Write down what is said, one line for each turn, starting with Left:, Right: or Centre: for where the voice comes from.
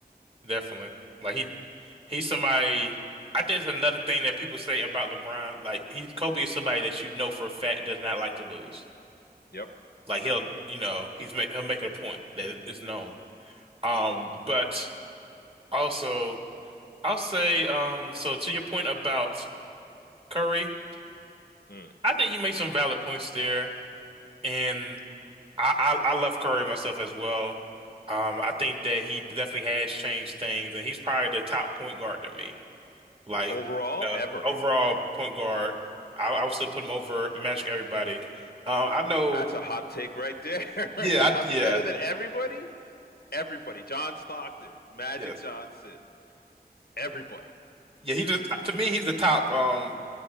Right: definitely. Like he he's somebody I think it's another thing that people say about LeBron, like he Kobe is somebody that you know for a fact does not like to lose.
Left: Yep.
Right: Like he'll,
Left: Yep.
Right: you know, he's make he'll make a point that is known. Um, but also I'll say, um, so to your point about Curry,
Left: Mm.
Right: I think you make some valid points there, and I, I, I love Curry myself as well. Um, I think that he definitely has changed things, and he's probably the top point guard to me. Like,
Left: Overall,
Right: uh,
Left: ever.
Right: overall point guard, I, I would still put him over Magic everybody. Uh, I know,
Left: That's a hot take right there. <laughs>
Right: yeah, I,
Left: I'm
Right: yeah,
Left: better than everybody. Everybody. John Stockton, Magic
Right: yes,
Left: Johnson, everybody
Right: yeah. He just to me, he's the top um